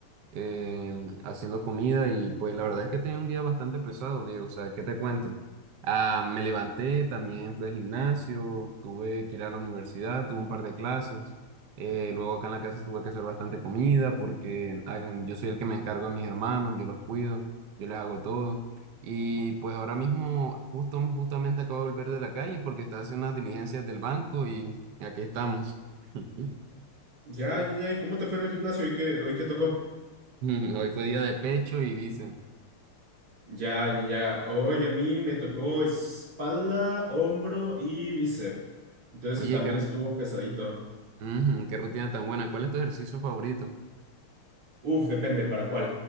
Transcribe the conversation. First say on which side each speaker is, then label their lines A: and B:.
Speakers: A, on the right; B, on the right.
A: eh, haciendo comida y pues la verdad es que tenía un día bastante pesado, Diego. O sea, ¿qué te cuento? Ah, me levanté, también fui al gimnasio, tuve que ir a la universidad, tuve un par de clases. eh, luego acá en la casa tuve que hacer bastante comida porque hagan, yo soy el que me encargo de mis hermanos, yo los cuido, yo les hago todo. Y pues ahora mismo justo, justamente acabo de volver de la calle porque estaba haciendo unas diligencias del banco y aquí estamos. <laughs>
B: Ya, ya, ya, ¿y cómo te fue en el gimnasio? ¿Hoy qué, hoy qué tocó?
A: Hoy fue día de pecho y dicen,
B: Ya, ya, ya, hoy a mí me tocó espalda, hombro y bíceps. Entonces
A: oye,
B: también
A: qué
B: estuvo pesadito.
A: Ujú, qué rutina tan buena. ¿Cuál es tu ejercicio favorito?
B: Uf, depende, ¿para cuál?